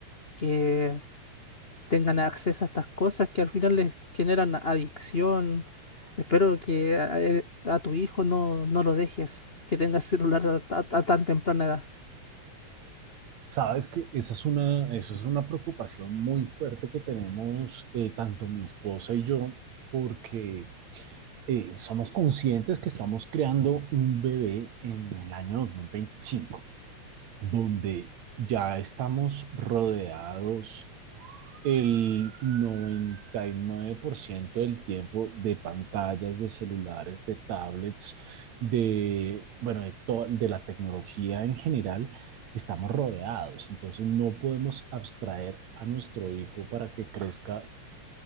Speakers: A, on the left; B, on the right.
A: que tengan acceso a estas cosas que al final les generan adicción. Espero que a, eh, a tu hijo no, no lo dejes, que tenga celular a, ta- a tan temprana edad.
B: Sabes que esa es una, eso es una preocupación muy fuerte que tenemos eh, tanto mi esposa y yo, porque eh, somos conscientes que estamos creando un bebé en el año 2025 donde ya estamos rodeados el 99% del tiempo de pantallas, de celulares, de tablets, de, bueno, de, to- de la tecnología en general, estamos rodeados. Entonces no podemos abstraer a nuestro hijo para que crezca